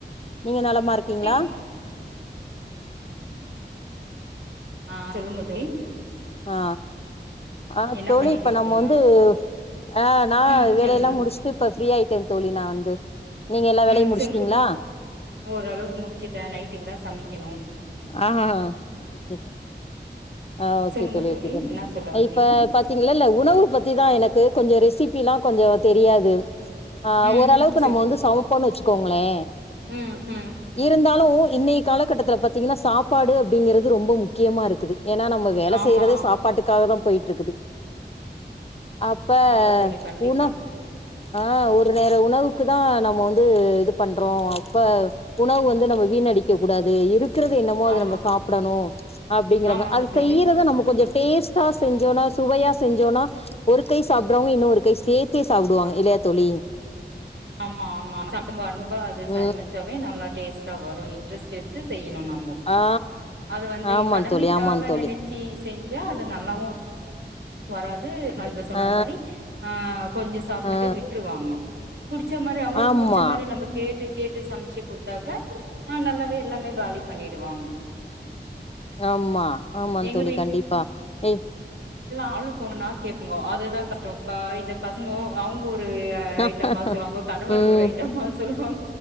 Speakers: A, on the left; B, on the right.
A: நீங்க நலமாருக்கீங்ளா
B: கேக்குது ஆ சொல்லுங்கோ தோயி
A: ஆ ஆ ஆ
B: என்ன
A: தோளி
B: பண்ணிட்டு
A: இப்ப
B: இருக்கீங்க
A: நம்ம வந்து அ நா
B: ம்
A: வேலயெல்லா
B: சொல்லுங்க
A: முடுஷ்ட்டு இப்ப ஃப்ரீயா ஆயிட்டேன் தோளி நா வந்து நீங்க எல்லா
B: ம்
A: வேலையு முடிச்சுட்டீங்களா
B: சொல்லுங் ஓரளவுக்கு முடுச்சிட்டன் நைட்டுக் தா சமி கெனு
A: ஆஹா ஹு ஓகே தோ ஆ ஓகே
B: சொல்லுங்க
A: தோளி
B: தோழி
A: ஓகே தோளி
B: என்ன சொல்ல வந்தீங்க
A: இப்ப பாத்தீங்ளல்ல உணவு பத்திதா எனக்கு கொஞ்சொ ரெசிப் பிலா கொஞ்சொ தெரியாது அ
B: ம்
A: ஓர் அளவுக்கு
B: சொல்
A: நம்ம வந்து சவப்போண்ணு வச்சுக் கோங்ளே
B: ம் ம்
A: இருந்தால் இன்னயி காலகட்டத்துல பத் திங்னா சாப்பாடு அப்டிங்கிறது ரொம்ப முக்கியமா இருக்குது ஏன்னா நம்ம வேல
B: ஆமா
A: செய்யறது சாப்பாட்டுக்காக தான் போயிட்டு இருக்குது அப்ப
B: ஆமாங்க தோழி கண்டிப்பா
A: உணவ ஆ ஒரு நேர உணவுக்கு தான் நம்ம வந்து இது பண்றோம் அப்ப உணவு வந்து நம்ம வீணடிக்க கூடாது இருக் கிறது என்னமோ அத
B: ஆமா
A: நம்ம சாப்டணும் அப்டிங்கற
B: ஆமாங்க
A: மா அது
B: தோழி
A: செய்யறதை நம்ம கொஞ்சம் டேஸ்ட்டா செஞ்சோம்னா சுவையா செஞ்சோனா ஒரு கை சாப்பிடுறவங்க இன்னும் ஒரு கை சேத் த்தே சாப்டுவாங்க
B: ஆ
A: இல்லையா தோழி
B: ஆமா ஆமா நம்ப அன்பா அது சமைச்சாவே
A: ம்
B: நல்லா டேஸ்டா வரும் இன்ட்ரெஸ்ட் எடுத்து செய்ய யனு நம்போ
A: ஆ
B: அது வந்து
A: ஆமா
B: கடமைக்காக
A: தோழி ஆமா தோழி
B: நினைச்சி செஞ்ச அது நல்லாவும் வராது நாங்க சொன்ன
A: ஆ
B: மாரி ஆ கொஞ்சம் சாப்ட்டுட்டு
A: ஆ
B: விட்டுரு வாங்கோ புடிச்ச மாரி அவங்களுக்கு
A: ஆமா
B: புடிச்ச மாரி நம்ம கேட்டு கேட்டு சமைச்சு குடுத்தாக்க ஆ நல்லாவே எல்லாமே காலி பண்ணிடுவாங்கோ
A: ஆம்மா ஆமா
B: எங்க
A: தோழி கண்டிப்பா ஏ
B: ஆளுக்கொன்னா கேக்குங்கோ அதுதான் கஷ்டம்ப்பா இந்த பசங்க அவங்க ஒரு
A: அ
B: ஐட்டமா சொல்லுவாங்க கணவர்
A: ம்
B: ஒரு ஐட்டம்மா சொல்லுவாங்க